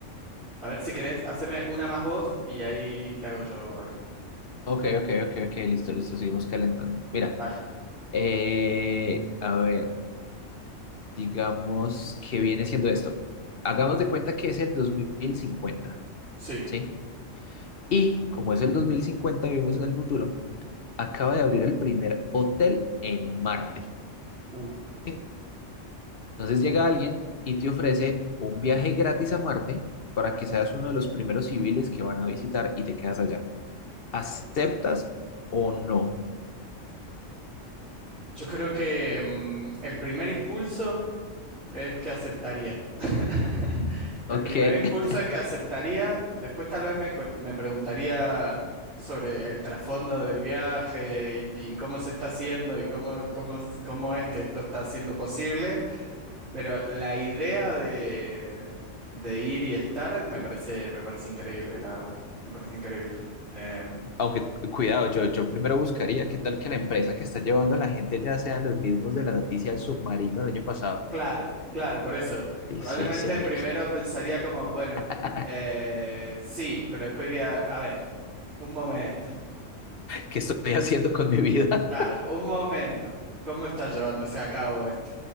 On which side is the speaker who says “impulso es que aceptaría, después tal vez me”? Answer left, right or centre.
Right